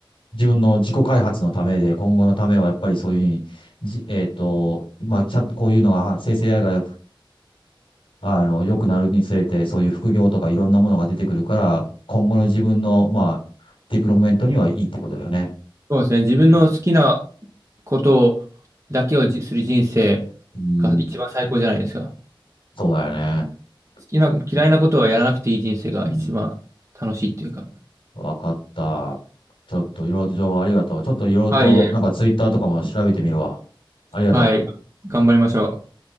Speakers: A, on the left; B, on the right.
A: 自分の自己開発のためで、今後のためはやっぱりそういうふうに、じ、えっと、まあ、ちゃんとこういうのが、生成 AI が、あの、良くなるにつれて、そういう副業とかいろんなものが出てくるから、今後の自分の、まあ、ディプロップメントにはいいってことだよね。
B: そうですね。自分の好きな
A: う
B: ことだけをじする人生
A: ん、
B: が一番最高じゃないですか。
A: そうだよね。
B: 好きな、嫌いなことはやらなくていい人生が一番
A: うん、うん、
B: 楽しいっていうか。
A: わかった。ちょっといろいろと情報ありがとう。ちょっといろいろと、
B: はい、
A: なんかツイッターとかも調べてみるわ。ありがとう。
B: はい。頑張りましょう。